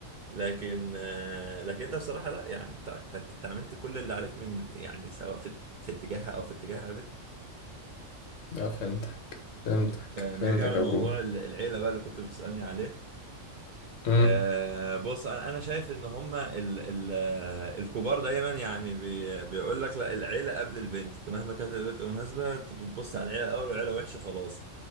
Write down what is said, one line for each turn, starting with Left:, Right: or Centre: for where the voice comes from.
Right: لكن آه لكن انت بصراحه لا يعني انت انت انت- انت عملت كل اللي عليك من يعني سواء في في اتجاهها او في اتجاه عيلتها
Left: اه فهمتك فهمتك
Right: آه، نرجع
Left: فهمتك
Right: لموضوع
Left: يا برو
Right: ال- العيله بقى اللي كنت بتسالني عليه
Left: امم
Right: آه بص انا أنا شايف ان هما ال ال آه، الكبار دايما يعني بي بيقول لك لا العيله قبل البنت انت مهما كانت البنت مناسبه انت بتبص على العيله الاول والعيله وحشه خلاص